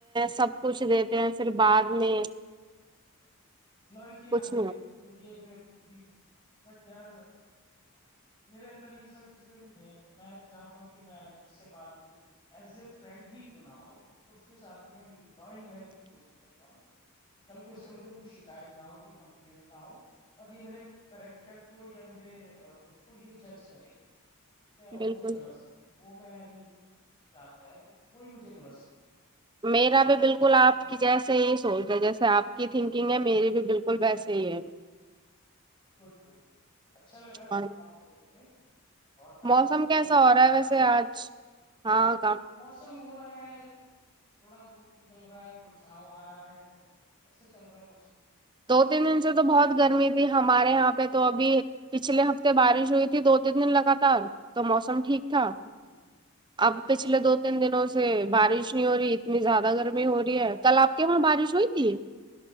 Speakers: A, on the right; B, on the left.
A: سب کچھ دیتے ہیں پھر بعد میں
B: لائلٹی
A: کچھ
B: نہ ملے
A: نہیں ہوتا۔
B: تو یہ پھر جی جی بٹ یار میرے اندر یہ سب چیزیں نہیں ہیں کہ میں چاہتا ہوں کہ میں جس سے بات کروں ایز اے فرینڈ ہی کیوں نہ ہو تو اس کے ساتھ بھی میں لوائل رہنے کی کوشش کرتا ہوں کل کو اس سے مجھے کوئی شکایت نہ ہو کوئی کمپلینٹ نہ ہو اور یہ میرے کریکٹر کو یا میرے اس کو یہ جج کرے ٹھیک ہے اور
A: بالکل
B: مجھے غلط سمجھے وہ میں نہیں چاہتا ی کہ کوئی مجھے غلط سمجھے
A: میرا بھی بالکل
B: ٹھیک
A: آپ
B: ہے
A: کہ جیسے ہی سوچ رہ جیسے آپ کی تھنکنگ ہے میری بھی بالکل ویسے ہی ہے
B: گڈ گڈ گڈ اچھا لگا آپ
A: اور
B: سے بات کر کے اور کافی
A: موسم
B: دن کے
A: کیسا
B: بعد ہماری
A: رہا ہے
B: بات
A: ویسے
B: ہو
A: آج
B: رہی ہے
A: ہاں ک
B: موسم ہو رہا ہے تھوڑا دھوپ نکل رہا ہے پھر چھاؤ آ رہا ہے تو ایسا چل رہا ہے موسم
A: دو تین دن سے تو بہت
B: ہمارے
A: گرمی
B: یہاں۔
A: تھی ہمارے یہاں پہ تو ابھی پچھلے ہفتے بارش ہوئی تھی دو تین دن لگاتار تو موسم ٹھیک <unintelligible>
B: جی جی
A: اب پچھلے
B: جی
A: دو تین دنوں سے بارش نہیں ہو رہی اتنی زیادہ گرمی ہو رہی ہے کل آپ کی ہماں بارش ہوئیتی